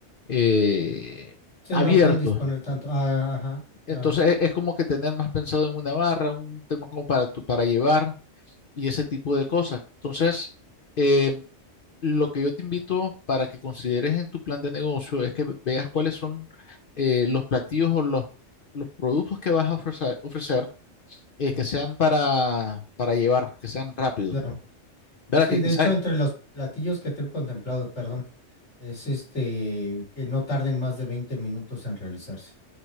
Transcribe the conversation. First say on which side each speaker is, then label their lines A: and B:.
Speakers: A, on the left; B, on the left.
A: eh,
B: Sí,
A: abierto.
B: no pueden disponer tanto. Ah, ajá,
A: Entonces
B: claro.
A: es, es como que tener más pensado en una barra, un tema como para, tu- para llevar y ese tipo de cosas. Entonces, eh, lo que yo te invito para que consideres en tu plan de negocio es que ve- veas cuáles son eh, los platillos o los, los productos que vas a ofrecer, ofrecer eh,
B: ujú,
A: que sean para, para llevar, que sean rápidos.
B: claro.
A: ¿Verdad?
B: Sí,
A: Que
B: de
A: quizás
B: hecho, entre los platillos que tengo contemplados, perdón, es este, que no tarden más de 20 minutos en realizarse.